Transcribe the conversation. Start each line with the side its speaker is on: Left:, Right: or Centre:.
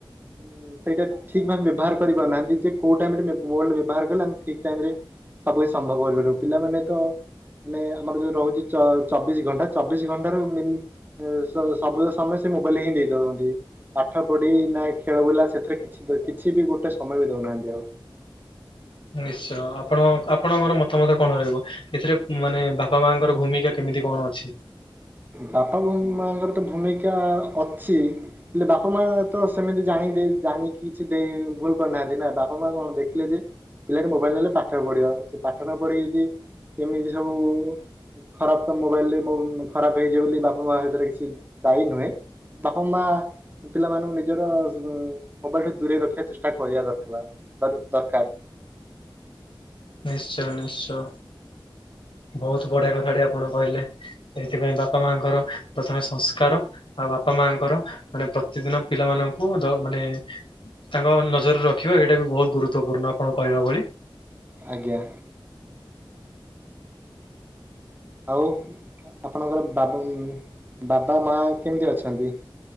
Right: ଉଁ-ଉଁ ସେଇଟା ଠିକ ଭାବେ ବ୍ୟବହାର କରିପାରୁନାହାନ୍ତି ଯେ କୋଉ ଟାଇମରେ ମୋବାଇଲ ବ୍ୟବହାର କଲେ ଆମେ ଠିକ ଠିକ ଟାଇମରେ ସବୁ କିଛି ସମ୍ଭବ କରିପାରିବ। ପିଲାମାନେ ତ ମାନେ ଆମର ଯୋଉ ରହୁଛି ଚ ଚବିଶ ଘଣ୍ଟା ଚବିଶ ଘଣ୍ଟା ରୁ ମୀନ୍ ଅ ସବୁ ସମ ମୋବାଇଲ ହିଁ ଦେଇ ଦଉଚନ୍ତି ପାଠ ପଢି ନା ଖେଳ ବୁଲା ସେଥିରେ କିଛି କିଛି ବି ଗୋଟେ ସମୟ ବି ଦଉନ ଆ ଯାଉ
Left: ନିଶ୍ଚୟ ଆପଣ ଆପଣଙ୍କର ମତାମତ କଣ ରହିବ ଏଥିରେ ମାନେ ବାପା ମାଙ୍କର ଭୂମିକା କେମିତି କେମିତି କଣ ଅଛି?
Right: ବାପା ବୋ ମାଙ୍କର ତ ଭୂମିକା ଅଛ, ହେଲେ ବାପା ମା ତ ସେମିତି ଜାଣି ଜାଣିକି କିଛି ଦେଇ ଭୁଲ କରିନାହାନ୍ତି ନା ବାପା ମା କଣ ଦେଖିଲେ ଯେ ପିଲାଟି ମୋବାଇଲ ନେଲେ ପାଠ ପଢିବ ସେ ପାଠ ନ ପଢିକି ଯଦି କେମିତି ସବୁ-ଉ-ଉ-ଉ ଖରାପ କାମ ମୋବାଇଲ <unintelligible> ଖରାପ ହେଇଯିବ ବୋଲି ବାପା ମା ସେଥିରେ କିଛି ଦାୟୀ ନୁହେଁ। ବାପା ମା ପିଲାମାନଙ୍କୁ ନିଜର ମୋବାଇଲ ଠୁ ଦୂରେଇ ରଖିବା ଚେଷ୍ଟା କରିବାର ଥିଲା। ଦର ଦରକାର।
Left: ନିଶ୍ଚୟ ନିଶ୍ଚୟ। ବହୁତ ବଢିଆ କଥା ଟେ ଆପଣ କହିଲେ ସେଇଥିପାଇଁ ବାପା ମାଙ୍କର ପ୍ରଥମେ ସଂସ୍କାର ବାପା ମାଙ୍କର ମାନେ ପ୍ରତିଦିନ ପିଲାମାନଙ୍କୁ ଦ ମାନେ-ଏ-ଏ ତାଙ୍କ ନଜର ରଖିବା ଏଇଟା ବି ବହୁତ ଗୁରୁତବପୂର୍ଣ୍ଣ ଆପଣ କହିବା ଭଳି।
Right: ଆଜ୍ଞା। ଆଉ ଆପଣଙ୍କର ବାବାମ୍ ବାବା ମା କେମିତି ଅଛନ୍ତି?